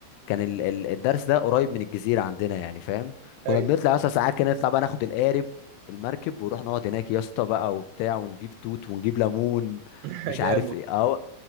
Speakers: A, on the left; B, on the right.
A: كان ال- ال- الدرس ده قريب من الجزيره عندنا يعني فاهم كنا
B: ايوه
A: بنطلع اصلا ساعات كده نطلع بقى ناخد القارب المركب ونروح نقعد هناك يا اسطى بقى وبتاع ونجيب توت ونجيب ليمون
B: <laughs>
A: مش
B: جامد
A: عارف ايه اه